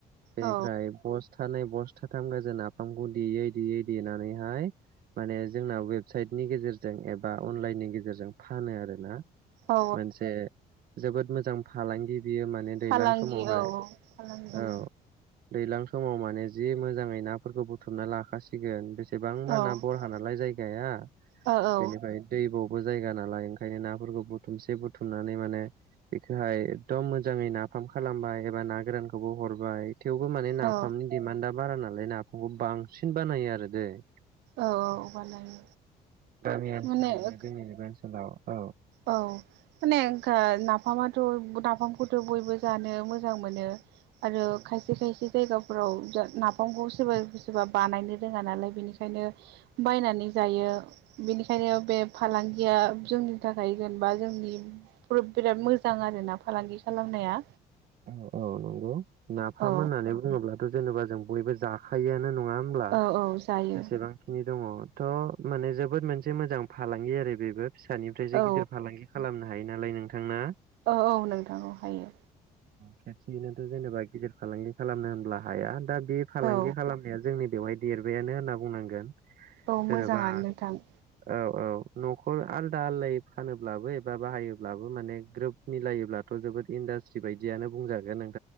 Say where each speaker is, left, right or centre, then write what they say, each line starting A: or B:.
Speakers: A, on the right (about 60°); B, on the right (about 80°).
A: बेनिफ्राय
B: औ
A: बस्थानैै बस्थाथाम गोजों ना फामखौ देयै देयै देनानैहाय माने जोंनाव वेबसाइटनि गेजेरजों एबा अनलाइननि गेजेरजों फानो आरोना।
B: औ
A: मोनसे जोबोद मोजां फालांगि बियो माने दैज्लां
B: फालांगि
A: समावहाय
B: औ औ फालांगि उम
A: औ। दैज्लां समाव माने जि मोजाङै नाफोरखौ बुथुमना लाखाासिगोन बे सेबांबा
B: औ ओ
A: ना बरहा नालाय जायगाया
B: औ औ
A: बेनिफ्राय दै ब बे जायगा नालाय ओंखायनो नाफोरखौ बुथुमसे बुथुमनानै माने बेखौहाय एकदम मोजाङै नाफाम खालामबाय एबा ना गोरानखौबो हरबाय थेवबो माने नाफामनि
B: औ
A: दिडमान्डआ बारा नालाय नाफामखौ बांसिन बानायो आरो दैे। <unintelligible>
B: औ बानायो
A: जोंनिनो
B: माने
A: बे ओनसोलाव औ
B: औ माने गो नाफामाथ' गुदाम नाफामखौथ' बयबो जानो मोजां मोनो आरो
A: औ
B: खायसे खायसे जायगाफोराव जा ना बिफांखौ सोरबा सोरबा बानायनो रोङा नालाय बेनिखायनो बायनानै जायो बेनिखायनो
A: औ
B: बे फालांगिया जोंनि थाखाय जेनबा जोंनि ब्र-बिराद मोजां मोजां आरोना फालांगि
A: औ औ
B: खालामनाया।
A: औ औ नंगौ नाफाम
B: औ
A: होननानै बुङोब्लाथ' जेनेबा जों बयबो जाखायोआनो नङा नङा हब्ला
B: औ औ जायो
A: जसेबांखिनि दङ थ' माने जोबोद मोनसे मोजां फालांगि आरो बेबो फिसानिफ्रायसो
B: औ
A: गिदिर फालांगि खालाम नो हायो नालाय नोंथांना?
B: औ औ नोंथां औ हायो।
A: खेबसेयैनोथ' जेनेबा गिदिर फालांगि खालामनो होनब्ला हाया दा बे फालांगि
B: औ
A: खालामनाया जोंनि बेवहाय देरबायानो होनना बुंनांगोन।
B: औ
A: जेनेबा
B: मोजाङानो नोथां।
A: औ औ न'खर आलदा आलदायै फानोब्लाबो एबा बाहायोब्लाबो माने ग्रोब मिलायोब्लाथ' जोबोद इन्डास्ट्रि बायदियानो बुंजागोन आं